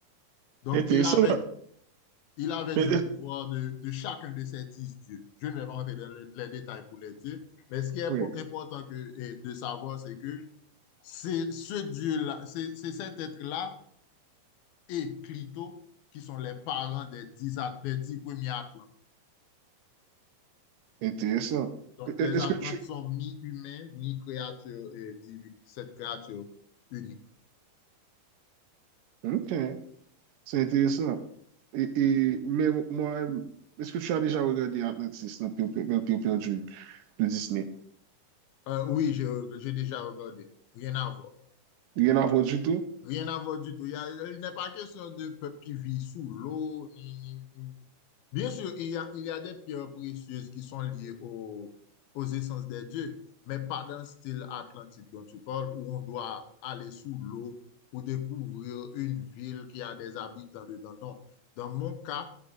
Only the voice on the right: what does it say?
Intéressant.
ouais.
Mais-
euh,
oui,
intéressant.
Est-
Est-ce
que tu...
Ok. C'est intéressant. Et, et- mais moi, est-ce que tu as déjà regardé Atlantis, le pire, le pire pire du de Disney?
Rien à voir du tout?